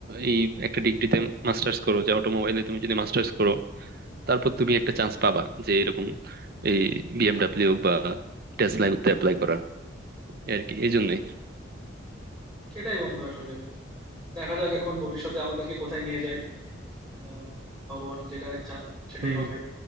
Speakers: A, on the right; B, on the right.
A: এই একটা ডিগ্রিতে মাস্টার্স করো যে অটোমোবাইলে তুমি যদি মাস্টার্স করো তারপর তুমি একটা চান্স পাবা যে এরকম এই বিএমডাব্লিউ বা টেসলায় অ্যাপ্লাই করার এই আর কি এই জন্যই
B: সেটাই বন্ধু আসলে দেখা যাক এখন ভবিষ্যতে আমাদেরকে কোথায় নিয়ে যায় আহ, ভগবান যেটা চান সেটাই
A: হুম
B: হবে